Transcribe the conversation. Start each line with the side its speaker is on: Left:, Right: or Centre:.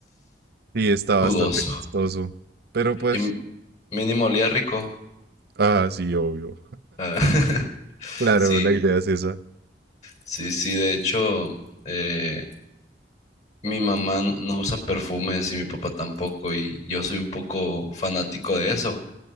Right: Y está
Left: dudoso.
Right: bastante costoso. Pero pues,
Left: Y m- mínimo olía rico.
Right: ah, sí, obvio.
Left: Ah, <laughs>
Right: Claro,
Left: Sí,
Right: la idea es esa.
Left: sí, sí, de hecho, eh, mi mamá n- no usa perfumes y mi papá tampoco, y yo soy un poco fanático de eso.